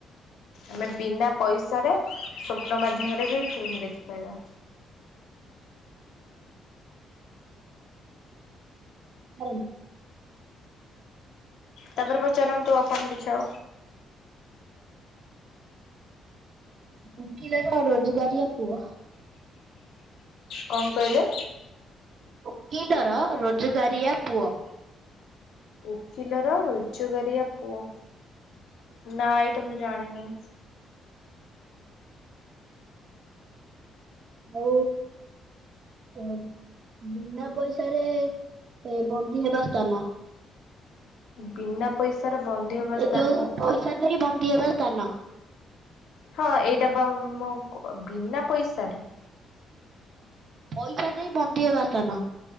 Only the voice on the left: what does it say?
ଆମେ ବିନା ପଇସାରେ ସ୍ୱପ୍ନ ମାଧ୍ୟମରେ ବି ଫିଲ୍ମ ଦେଖିପାରିବା।
ତାପରେ ପଚାରନ୍ତୁ ଆପଣ ବିଛାଅ।
କଣ କହିଲେ।
ଓକିଲର ରୋଜଗାରିଆ ପୁଅ ନା ଏଇଟା ମୁଁ ଜାଣିନି।
ବିନା ପଇସାର ବନ୍ଦୀ ହବା ସ୍ଥାନ।
ହଁ ଏଇଟା ବା ମୋ ବିନା ପଇସାରେ।